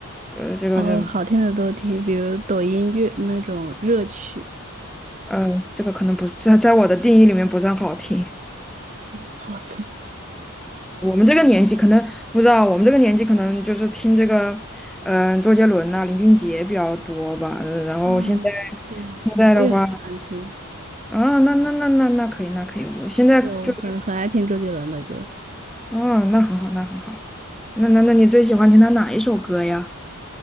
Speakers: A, in the centre; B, on the right (about 30°).
A: 呃，这个人
B: 哦，好听的都听，比如抖音乐那种热曲。
A: 呃，这个可能不在在我的定义里面不算好听。
B: 好的
A: 我们这个年纪可能不知道，我们这个年纪可能就是听这个嗯、周杰伦呐、林俊杰比较多吧，呃然后现在
B: <laughs>。啊，对，
A: 现在的话。
B: 我也很喜欢听，
A: 啊，那那那那那可以，那可以。我现在就
B: 对，我很很爱听周杰伦的歌。
A: 哦，那很好，那很好。那那那你最喜欢听他哪一首歌呀？